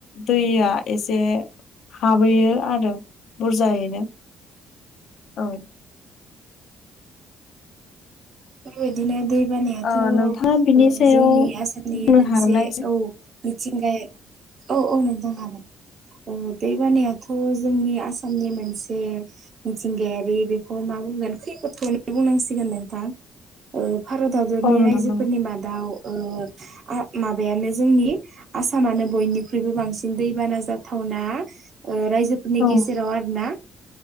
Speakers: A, on the left (about 65°); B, on the right (about 45°).
A: दैया एसे हाबहैयो आरो बुरजायैनो औ
B: बेबायदिनो दै बानायाथ'
A: ओ नोंथाङा बिनि
B: ओ
A: सायाव
B: जोंनि आसामनि
A: बुंनो
B: मोनसे
A: हागोनना एसे
B: औ मिथिंगा औ-औ नोंथां हागोन औ दै बानायथ' खौ जोंनि आसामनि मोनसे मिथिंगायारि बेखौ मा बुंगोन खैफोद खौनो'नो बुंनांसिगोन नोंथां ओ भारत हादरनि
A: औ नोंथां
B: रायजोफोरनि
A: नंगौ
B: मादाव ओ आ माबायानो जोंनि आसामानो बयनिख्रुइबो बांसिन दैबाना जाथावना ओ रायजोफोरनि
A: औ
B: गेजेराव आरो ना